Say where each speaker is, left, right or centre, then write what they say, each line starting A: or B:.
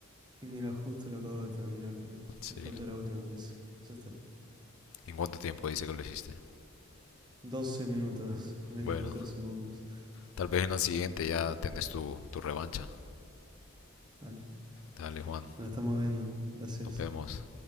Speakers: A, on the right; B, on the left.
A: Y mira, justo lo acabo de terminar, creo.
B: Sí.
A: Me falta la última vez. Ya está.
B: ¿En cuánto tiempo dice que lo hiciste?
A: 12 minutos, <laughs> 24
B: Bueno,
A: segundos.
B: tal vez en la siguiente ya tenés tu, tu revancha.
A: Dale,
B: Dale, Juan,
A: nos estamos viendo. Gracias.
B: nos vemos.